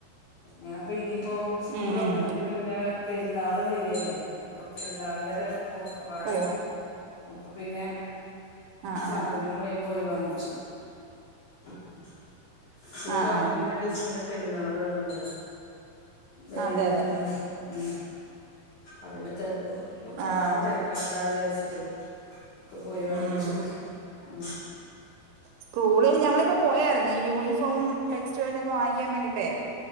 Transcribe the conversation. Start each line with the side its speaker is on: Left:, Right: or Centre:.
Left: ഞാപ്പം ഇനിം ഇപ്പോ സ്കൂൾ
Right: ഉം
Left: തൊർക്കുന്നേന്റെ
Right: ഉം
Left: മുന്നെ പെ ര്ന്നാളും വരെല്ലേ പെര്ന്നാളിന്റെ തെരക്കും ഒക്കെപ്പാടെണ്
Right: ഓ
Left: അപ്പൊ പിന്നെ
Right: ആഹ്
Left: സാധനങ്ങള്
Right: ആഹ്
Left: വേം പോയി വാങ്ങിച്ചു ഉം സ്കൂള്
Right: ആഹ്
Left: തൊർക്കണേന്റെ
Right: ആഹ്
Left: രണ്ടീസം മുന്നേ പെരുന്നാളു ആണല്ലോ വലിയര്ന്നാള്
Right: അതെ അതെ
Left: ഉം അതിന്റെ തെരക്കൊക്ക് ഒക്കപ്പാടെ
Right: ആഹ്
Left: തെരക്കണ്ടാ വിചാരിച്ച് <unintelligible> ഒക്ക പോയി വാങ്ങിച്ചു
Right: ഉം
Left: ഉം
Right: സ്കൂളിൽ ഞങ്ങളിപ്പോ പോയായിര്ന്നേ ഈ യൂ ണിഫോമും ടെക്സ്റ്റ്, പെനൊക്കെ വാങ്ങിയ്ക്കാ വേണ്ടിട്ടേ